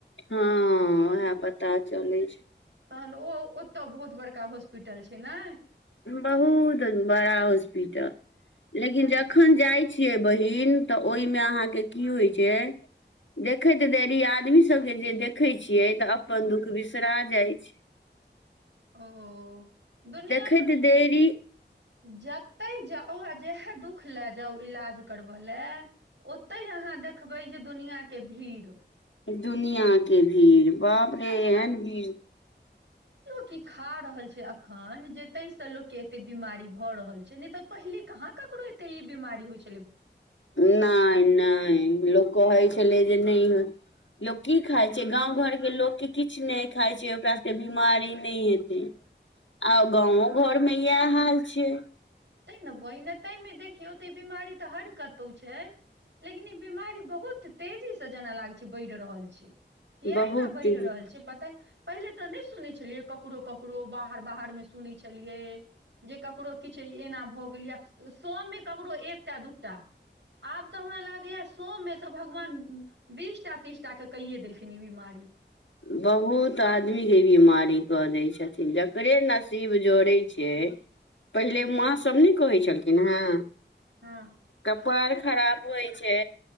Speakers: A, on the left; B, on the right.
A: हाँ उएह पता चलै छै
B: तहन ओ ओतय बहुत बड़का हॉस्पिटल छै ने
A: बहुत बड़ा हॉस्पिटल लेकिन
B: अच्छा
A: जखन जाइत छी छियै बहिन तऽ ओहिमे अहाँके की होइ छै देखैत देरी आदमी सबके जे देखै छियै तऽ अपन दुःख बिसरा जाइत छै <inaudible>
B: ओहो दुनिया
A: होइत देरी
B: जतहि जाउ आ जएह दुःख लए जाउ इलाज करबय लए ओतहि अहाँ देखबै जे दुनिआके भीड़
A: दुनिया के भीड़ बाप
B: आ
A: रे
B: सबसँ
A: एहन भीड़
B: की खा रहल छै अखन जे ताहि से लोक के एते बीमारी भऽ रहल छै ने तऽ पहिले कहाँ ककरो त ई बीमारी होइ छै
A: नहि नहि लोक कहइ छलै जे नहि लोक की खाई छै गाँव घरके लोकके किछु नहि खाई छै ओकरा सबके बिमारी नहि हेतै आ गाँवों घरमे इएह हाल छियै
B: तै ने ओहिना ताहिमे देखियौ तऽ ई बीमारी तऽ हर कतहु छै लेकिन ई बिमारी बहुत तेजीसे जेना लाग छै बढ़ि रहल छै य
A: बहुत
B: ने बढ़ि रहल छै पता पहिले तऽ नहि सुनै छलियै ककरो ककरो बाहर बाहर मे सुनै छलियै जे ककरो किछु एना भ गेलै स मे ककरो एक टा दूटा आब तऽ हमरा लागैये सौ से भगवान बीस टा तीसटा के कहिये देलखिन ई बीमारी
A: बहुत आदमी के ई बीमारी कऽ दै छथिन जकरे नसीब जोड़े छै पहिले माँ सब नहि कहै छलखिन हे
B: हाँ
A: पार खराब होइ छै